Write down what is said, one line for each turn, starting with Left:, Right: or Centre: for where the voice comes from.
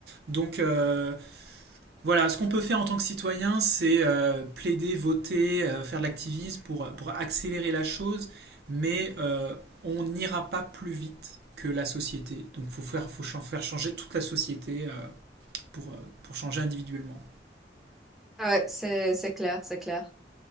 Right: Donc, euh, Voilà, ce qu'on peut faire en tant que citoyen, c'est euh, plaider, voter, euh, faire de l'activisme pour, pour accélérer la chose, mais euh, on n'ira pas plus vite que la société. Donc il faut faire, faut ch- faire changer toute la société euh, pour, euh, pour changer individuellement.
Centre: Ouais, c'est c'est clair, c'est clair.